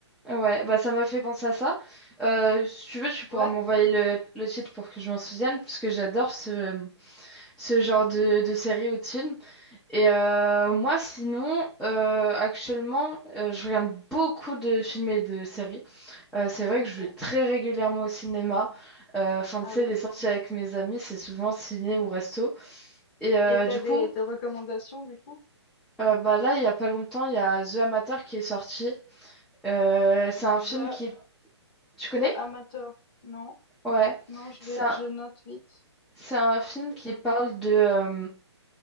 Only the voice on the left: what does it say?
Ouais,
ok.
Ah
oui.
Et t'as
des,
des recommandations du coup?
The,
The Amateur. Non,
non, je
vais, je note vite.
Ama-